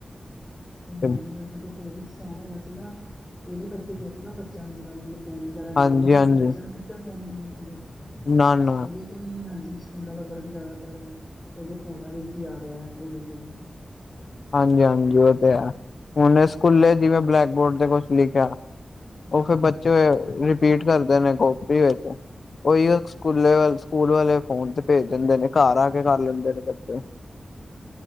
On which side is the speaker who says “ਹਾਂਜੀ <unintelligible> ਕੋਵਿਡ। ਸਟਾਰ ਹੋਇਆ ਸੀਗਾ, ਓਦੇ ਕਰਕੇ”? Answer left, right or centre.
Left